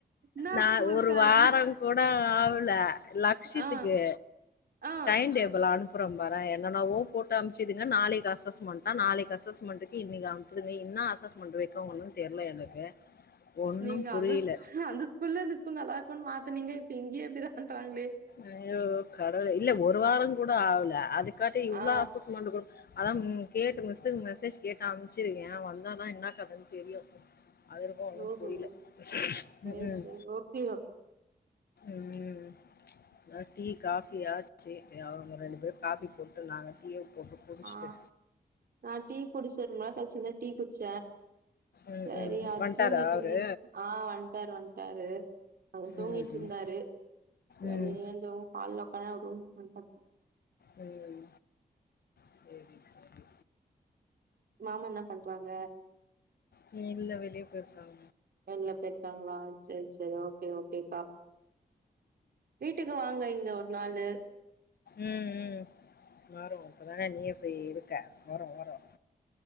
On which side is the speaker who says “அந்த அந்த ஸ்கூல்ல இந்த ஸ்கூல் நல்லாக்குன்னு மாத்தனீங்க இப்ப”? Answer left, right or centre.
Right